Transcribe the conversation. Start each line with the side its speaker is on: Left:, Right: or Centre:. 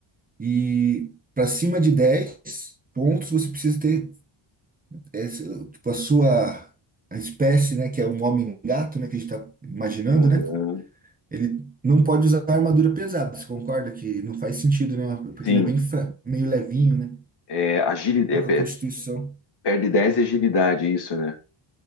Right: E para cima de 10 pontos, você precisa ter essa- tipo, a sua a espécie, né, que é um homem-gato, né, que a gente está imaginando,
Left: Uhum.
Right: né? Ele não pode usar armadura pesada. Você concorda que não faz sentido, né? Porque
Left: Sim.
Right: ele é bem fra- meio levinho, né?
Left: É, agilidade,
Right: Pouca constituição.
Left: perde dez de agilidade, é isso, né?